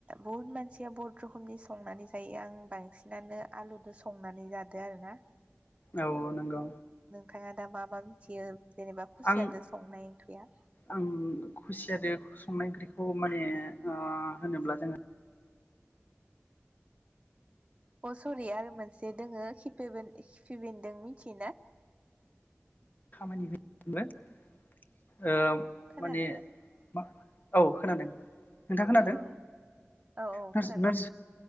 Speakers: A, on the right (about 25°); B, on the left (about 40°).
A: बहुद मानसिया बहुद रखोमनि संनानै जायो आं बांसिनानो आलुदो संनानै जादो आरोना
B: औ नोंगौ
A: थाङा दा मा मा मिथियो जेनेबा खुसियादो
B: आं
A: संनाय ओंख्रिया
B: आं खुसियादो संनाय ओंख्रिखौ माने ओ होनोब्ला जोङो
A: अ सरि आरो मोनसे दोङो खिपिबेन खिफिबेनदों मिथियो ना
B: खामानि <unintelligible> ओ
A: खोनादों
B: माने <unintelligible> औ खोनादों नोंथाङा खोनादों
A: औ औ औ
B: ना
A: खोनादों
B: नार्स